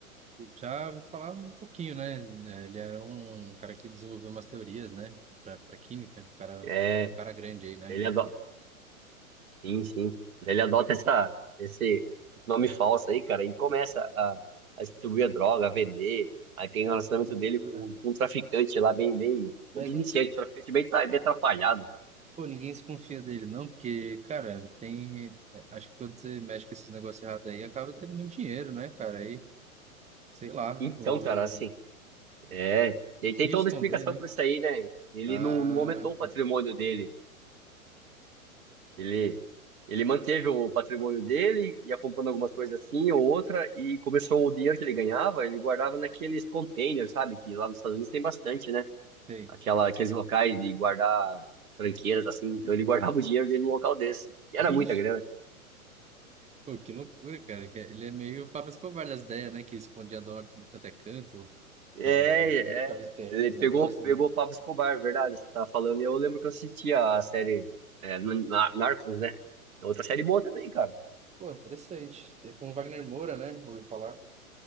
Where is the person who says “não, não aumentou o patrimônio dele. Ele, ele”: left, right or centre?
Right